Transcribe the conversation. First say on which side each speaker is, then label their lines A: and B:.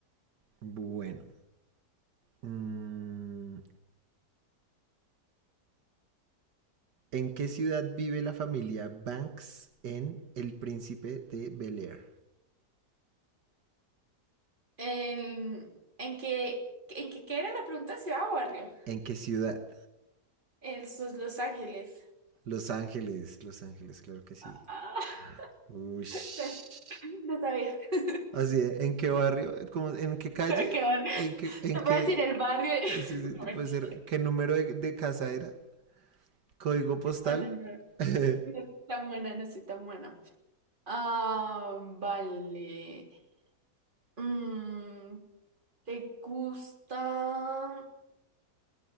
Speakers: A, on the right; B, on the right.
A: Bueno. mm, ¿En qué ciudad vive la familia Banks en El Príncipe de Bel Air?
B: ¿En, en qué, en qué, qué era la pregunta? ¿Ciudad o barrio?
A: ¿En qué ciudad?
B: el sus Los Ángeles.
A: Los Ángeles, Los Ángeles, claro que sí.
B: Ah, ah,
A: Ush.
B: <laughs> no sabía. <laughs>
A: Así, ¿eh? ¿en qué barrio? ¿Cómo- ¿En qué calle?
B: Qué bueno.
A: ¿En qué, en
B: Te
A: qué,
B: voy a decir el barrio.
A: sí,
B: <laughs>
A: sí, te
B: No, mentira.
A: puede ser, qué número de, de casa era? ¿Código postal?
B: No, no, no.
A: <laughs>
B: No soy tan buena, no soy tan buena. Ah, vale. Mm, ¿te gusta?